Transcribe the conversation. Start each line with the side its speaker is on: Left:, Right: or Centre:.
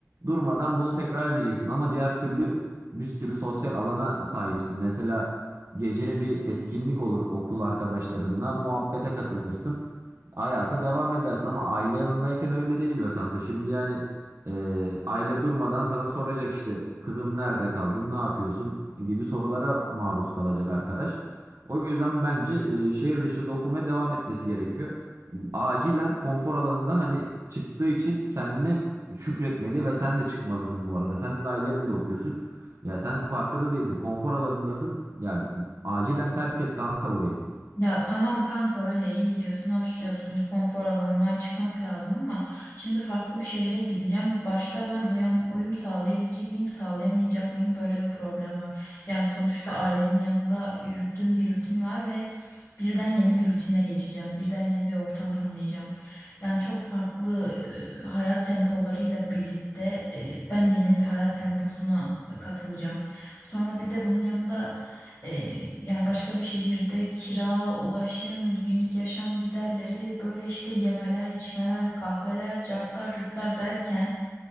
Right: durmadan bunu tekrar edeceksin. Ama diğer türlü bir sürü sosyal alana sahipsin. Mesela gece bir etkinlik olur okul arkadaşlarınla muhabbete katılırsın. Hayata devam edersin ama aile yanındayken öyle değil be kanka. Şimdi yani e, aile durmadan sana soracak işte kızım nerede kaldın, ne yapıyorsun gibi sorulara maruz kalacak arkadaş. O yüzden bence e, şehir dışında okumaya devam etmesi gerekiyor. Acilen konfor alanından hani çıktığı için kendine şükretmeli ve sen de çıkmalısın bu arada. Sen de ailenin de okuyorsun. Ya sen farkında değilsin. Konfor alanındasın. Ya acilen terk et kanka burayı.
Left: Ya tamam kanka öyle iyi diyorsun, hoş diyorsun, konfor alanından çıkmak lazım ama şimdi farklı bir şehre gideceğim. Başta ben uyum, uyum sağlayabilecek miyim, sağlayamayacak mıyım böyle bir problem var. Yani sonuçta ailemin yanında yürüttüğüm bir rutin var ve birden yeni bir rutine geçeceğim. Birden yeni bir ortam tanıyacağım. Yani çok farklı e, hayat tempolarıyla birlikte e, ben de yeni bir hayat temposuna katılacağım. Sonra bir de bunun yanında ee, yani başka bir şehirde kira, ulaşım, günlük yaşam giderleri, böyle işte yemeler, içmeler, kahveler, cartlar, curtlar derken